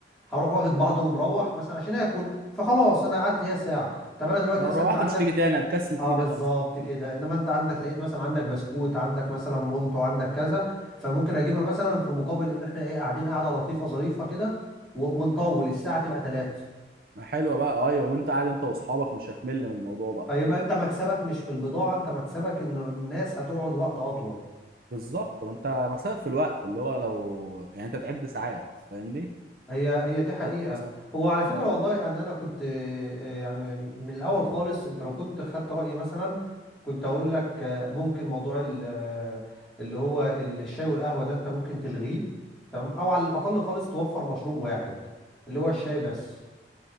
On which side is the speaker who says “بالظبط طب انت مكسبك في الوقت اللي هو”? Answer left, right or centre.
Right